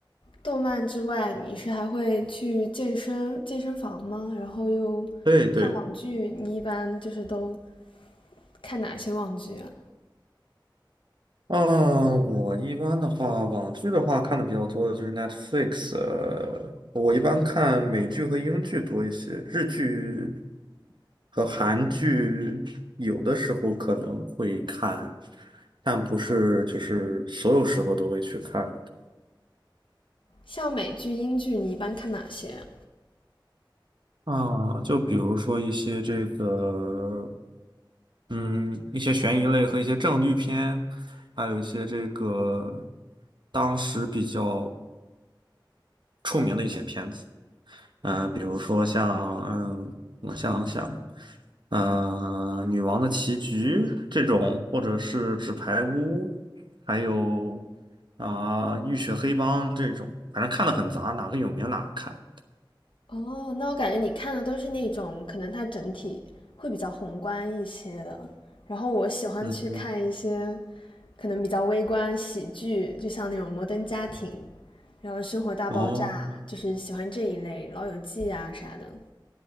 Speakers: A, on the left; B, on the right.
A: 动漫之外，你是还会去健身健身房吗？然后又
B: 对对
A: 看网剧，你一般就是都看哪些网剧啊？
B: 嗯，我一般的话，网剧的话看的比较多的就是 Netflix，呃，我一般看美剧和英剧多一些，日剧和韩剧有的时候可能会看，但不是就是所有时候都会去看的
A: 像美剧、英剧，你一般看哪些啊
B: 啊。就比如说一些这个，嗯，一些悬疑类和一些正剧片，还有一些这个当时比较出名的一些片子。嗯，比如说像，嗯，我想想，嗯，《女王的棋局这种，或者是纸牌屋，还有啊、浴血黑帮这种，反正看的很杂，哪个有名哪个看。
A: 哦，那我感觉你看的都是那种可能它整体会比较宏观一些的，然后我喜欢去看一些
B: 嗯嗯，
A: 可能比较微观喜剧，就像那种《摩登家庭》，然后《生活大爆炸》，
B: 哦
A: 就是喜欢这一类，《老友记》啊啥的。